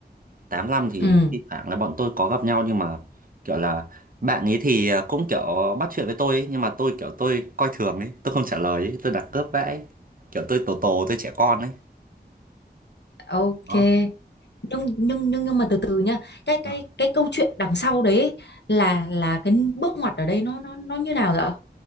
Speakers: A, on the right; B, on the left.
A: tám năm thì
B: ừ
A: thi thoảng là bọn tôi có gặp nhau nhưng mà kiểu là bạn ấy thì ờ, cũng kiểu bắt chuyện với tôi ấy, nhưng mà tôi kiểu tôi coi thường ấy, tôi không trả lời ấy, tôi đặt cướp vãi. Kiểu tôi tổ tổ tôi trẻ con ấy.
B: ok
A: Đó.
B: nhưng nhưng nhưng nhưng mà từ từ nhá cái cái
A: Ờ,
B: cái câu chuyện đằng sau đấy ấy, là là cái bước ngoặt ở đây nó nó nó như nào vậy ạ?